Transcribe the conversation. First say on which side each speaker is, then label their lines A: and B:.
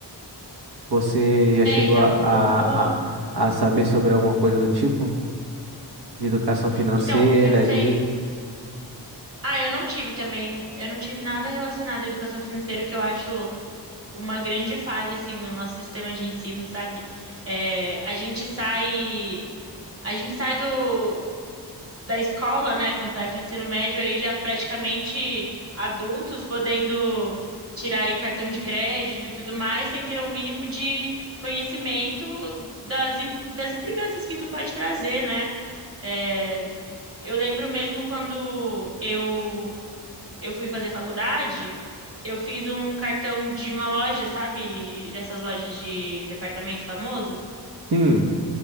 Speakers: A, on the right; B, on the right.
A: Você já
B: É,
A: chegou
B: então,
A: a,
B: o,
A: a,
B: o,
A: a a saber sobre alguma coisa do tipo? De educação financeira
B: então, o que eu sei.
A: ali?
B: Ah, eu não tive também, eu não tive nada relacionado à educação financeira, que eu acho uma grande falha, assim, no nosso sistema de ensino, sabe? É, a gente sai, a gente sai do, da escola, né, completa o ensino médio aí já praticamente adultos, podendo tirar aí cartão de crédito e tudo mais, sem ter o mínimo de conhecimento das, im- das implicâncias que isso pode trazer, né? É, eu lembro mesmo quando eu eu fui fazer faculdade, eu fiz um cartão de uma loja, sabe? Dessas lojas de departamento famoso.
A: Sim,